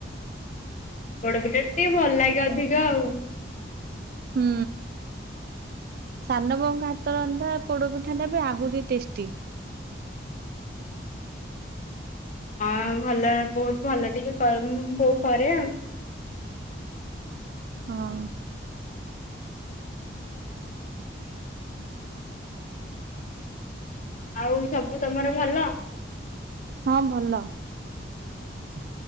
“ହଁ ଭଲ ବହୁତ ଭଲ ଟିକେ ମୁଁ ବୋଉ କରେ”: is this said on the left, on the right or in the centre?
Left